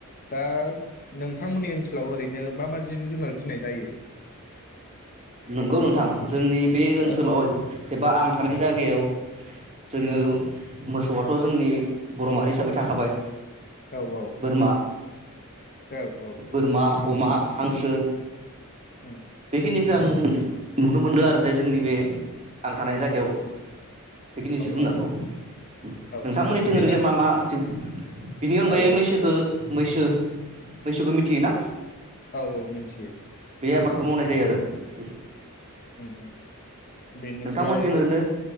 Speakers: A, on the left (about 40°); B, on the right (about 30°).
A: दा नोंथांमोननि ओनसोलाव ओरै नो मा मा जिन जुनार फिनाय जायो?
B: नंगौ नोंथां। जोंनि बे ओनसोलाव
A: औ
B: एबा आं थानाय जागायाव जोंङो मोसौ आथ जोंनि बर' माहारि हिसाबै थाखाबाय
A: औ औ
B: बोरमा
A: औ औ
B: बोरमा अमा, हांसो
A: ओ
B: बेखिनिखौ आं नुनो मोनदों आरो जे जोंनि बे आं थानाय जागायाव बेखिनि जिब जुनारखौ
A: औ औ
B: उम
A: औ
B: नोंथांमोननिथिं ओरैनो
A: बेनि उन
B: मा मा जिब <inaudible> बिनि अनगायै
A: औ
B: मैसोखो मैसो। मैसोखौ मिथियोना
A: औ औ औ मिथियो
B: बे आबाद नाय जायो आरो। <inaudible>
A: उम उम बेनिफ्राय
B: नोंथांमोनथिं ओरैनो